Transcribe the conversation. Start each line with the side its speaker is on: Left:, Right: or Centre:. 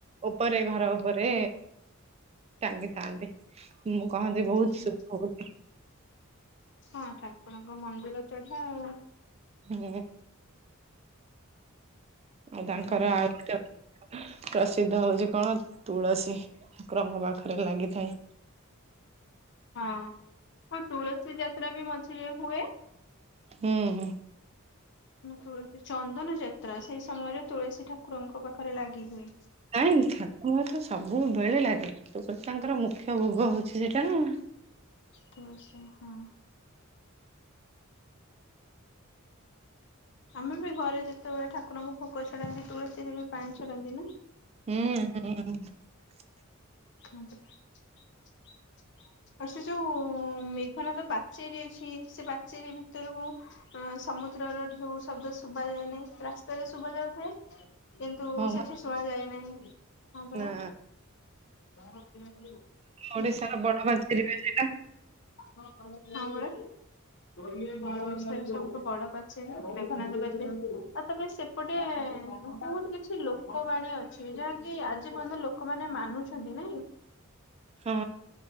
Right: ଉପରେ, ଘର ଉପରେ ଟାଙ୍ଗିଥାନ୍ତି। ମୁଁ କହନ୍ତି
Left: ଆଚ୍ଛା
Right: ବହୁତ <unintelligible>
Left: ହଁ, ଠାକୁରଙ୍କ ମନ୍ଦିର ଚଢା ଆଉ
Right: ହୁଁ ଆଉ ତାଙ୍କର
Left: ହଁ
Right: <unintelligible> ପ୍ରସିଦ୍ଧ ହଉଛି କଣ? ତୁଳସୀ, <unintelligible> ପାଖରେ ଲାଗିଥାଏ।
Left: ହଁ, ଆଉ ତୁଳସୀ ଯାତ୍ରା ବି ମଝିରେ ହୁଏ।
Right: ହୁଁ।
Left: ତୁଳସୀ, ଚନ୍ଦନ ଯାତ୍ରା, ସେଇ ସମୟରେ ତୁଳସୀ ଠାକୁରଙ୍କ ପାଖରେ ଲାଗି ହୁଏ।
Right: ନାଇଁ <unintelligible> ସବୁବେଳେ ଲାଗେ, <unintelligible> ତାଙ୍କର ମୁଖ୍ୟ ଭୋଗ ହଉଛି ସେଟା ନା।
Left: ତ <unintelligible> ହଁ ଆମେ ବି ଘରେ ଯେ ସେତେବେଳେ ଠାକୁରଙ୍କୁ ଭୋଗ ଛଡାନ୍ତି, ତୁଳସୀରେ ବି ପାଣି ଛଡାନ୍ତି ନା?
Right: ହୁଁ, ହୁଁ।
Left: ଆଉ, ସେ ଯୋଉ ମେଘନାଦ ପାଚେରୀ ଅଛି, ସେ ପାଚେରୀ ଭିତରକୁ ସମୁଦ୍ରର ଢେଉ ଶବ୍ଦ ଶୁଭା ଯାଏନାହିଁ, ରାସ୍ତାରେ ଶୁଭ ଯାଉଥାଏ। କିନ୍ତୁ,
Right: ହଁ
Left: ସେଠି ଶୁଣାଯାଏ ନାହିଁ। <unintelligible> ହଁ ପରା।
Right: ନା
Left: <inaudible>
Right: ଓଡିଶାର ବଡ ପାଚେରୀ
Left: ତାଙ୍କର
Right: ବା ସେଇଟା
Left: ବ <inaudible> ବା ବଡ ପାଚେରୀ, ମେଘନାଦ ପାଚେରୀ ଆଉ ତପରେ ସେପଟେ ବହୁତ କିଛି ଲୋକବାଣୀ ଅଛି। ଯାହାକି ଆଜି ପର୍ଯ୍ୟନ୍ତ ଲୋକ ଲୋକ ମାନେ ମାନୁଛନ୍ତି ନାଇଁ।
Right: ହଁ